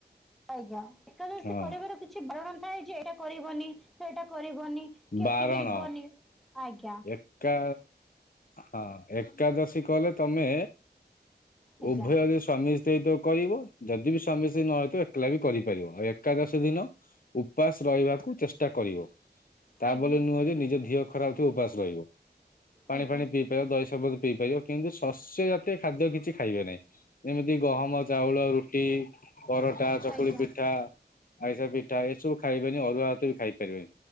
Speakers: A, in the centre; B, on the left.
A: ଆଜ୍ଞା, ଏକାଦଶୀ
B: ହଁ
A: କରିବାର କି ଛି ବାରଣ ଥାଏ ଯେ ଏଇଟା କରିବନି, ସେଇଟା କରିବନି, କି
B: ବାରଣ
A: ଏଠିକି ଯିବନି। ଆଜ୍ଞା
B: ଏକା ହଁ ଏକାଦଶୀ କଲେ ତୋମେ
A: ଆଜ୍ଞା
B: ଉଭୟ ବି ସ୍ୱାମୀ ସ୍ତ୍ରୀ ତ କରିବ ଯଦି ବି ସ୍ୱାମୀ ସ୍ତ୍ରୀ ନ ହେଇଥିବ ଏକଲା ବି କରିପାରିବ। ଆଉ ଏକାଦଶୀ ଦିନ ଉପାସ ରହିବାକୁ ଚେଷ୍ଟା କରିବ। ତା
A: ଆଜ୍ଞା
B: ବୋଲି ନୁହଁ ଯେ ନିଜ ଧିଅ ଖରାପ ଥିବ ଉପାସ ରହିବ। ପାଣି
A: ଆଜ୍ଞା
B: ଫାଣି ପିଇ <inaudible> ଦହି ସର୍ବତ ପିଇପାରିବ। କିନ୍ତୁ ଶସ୍ୟ ଜାତୀୟ ଖାଦ୍ୟ କିଛି ଖାଇବେ ନାହିଁ। ଯେମିତି ଗହମ, ଚାଉଳ, ରୁଟି ପରଟା, ଚକୁଳି
A: ଆଜ୍ଞା
B: ପିଠା, ଆରିଷା ପିଠା ଏସବୁ ଖାଇବେନି। ଅରୁଆ ଭାତ ବି ଖାଇ ପାରିବେନି।